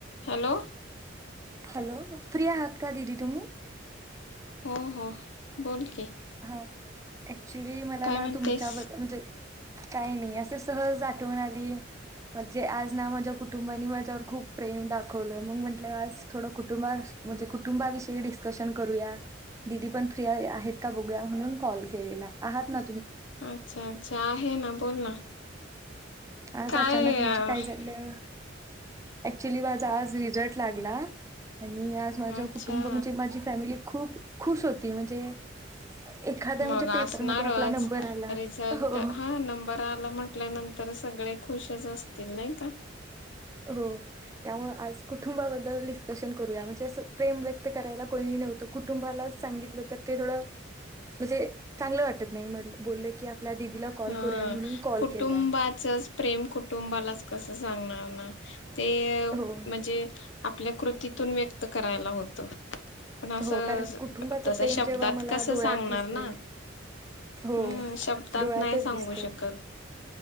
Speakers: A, on the left; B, on the right.
A: Hello
B: hello free आहात का दिदी तुम्ही
A: हो हो बोल की
B: हां चली मला
A: काय
B: ना
A: म्हणतेस
B: तुमच्या म्हणजे काही नाही असे सहज आठवून आली म्हणजे आज ना माझ्या कुटुंबानी माझ्यावर खूप प्रेम दाखवलं मग म्हंटलं. आज थोडं कुटुंब म्हणजे कुटुंबाविषयी डिस्कशन करूया दिदी पण फ्री आहेत. का ब म्हणून कॉल केलेला आहात न
A: अच्छा अच्छा आहे ना बोल ना,
B: आज
A: काय
B: अचानक म्हणजे
A: हा
B: काय झालं क्चुली माझा आज रिझ्ट लागला. मी आज माझं
A: अच्छा
B: कुटुंब म्हणजे माझी फॅमिली खूप खुश होती म्हणजे एखाद्या म्हणजे
A: मग
B: पेपरमध्ये
A: असणारच
B: आपला नंबर आला
A: रिझल्ट
B: हो
A: हा नंबर आला. म्हट त्या नंतर सगळे खुशच असतील नाही का
B: हो त्यामुळे आज कुटूंबाबद्दल डिसकशन करूया. म्हणजे अस प्रेम व्यक्त करायला कोणी नव्हतं कुटुंबालाच सांगितलं तर ते थोडं म्हणजे चांगलं वाटत नाही म्हट बोललं की, आपल्या दिदीला कॉल
A: हा
B: करूया म्हणून कॉल
A: कुटुंबाचच
B: केला
A: प्रेम कुटुंबालाच कसं सांगणार ना. <inaudible> ते
B: हो
A: म्हणजे आपल्या कृतीत तुम्ही व्यक्त करायला होत. पण असं
B: हो कारण कुटुंबाचं
A: तस
B: प्रेम
A: शब्दात
B: जेव्हा मला
A: कस
B: डोळ्यात
A: सांगणार
B: दिसले
A: ना.
B: हो
A: हम् शब्दात
B: डोळ्यातच
A: नाही सांगू
B: दिसत
A: शकत.